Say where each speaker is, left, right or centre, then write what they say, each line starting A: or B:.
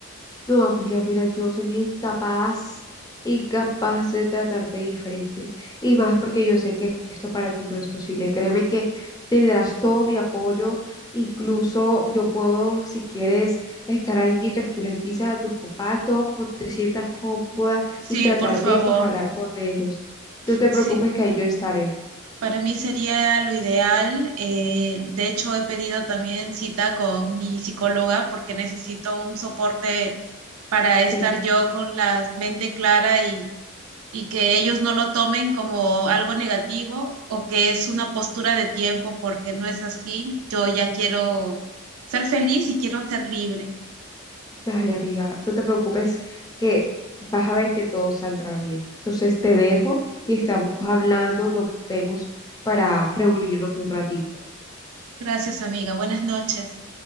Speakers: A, on the left (about 15°); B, on the right (about 85°).
A: No, amiga, mira, yo sería incapaz, incapaz de tratarte diferente. Y más porque yo sé que esto para ti no es posible. Créeme que tendrás todo mi apoyo. Incluso yo puedo, si quieres, estar ahí mientras tú les dices a tus papás todo como tú te sientas cómoda
B: Sí,
A: y tratar
B: por favor.
A: de, pues, hablar con ellos. No te
B: Sí,
A: preocupes que ahí yo estaré.
B: para mí sería lo ideal. Eh, de hecho, he pedido también cita con mi psicóloga porque necesito un soporte para
A: Sí.
B: estar yo con la mente clara y y que ellos no lo tomen como algo negativo o que es una postura de tiempo porque no es así. Yo ya quiero ser feliz y quiero ser libre.
A: Vale amiga, no te preocupes que vas a ver que todo saldrá bien. Entonces te dejo y estamos hablando, nos vemos para reunirnos un ratito.
B: Gracias, amiga. Buenas noches.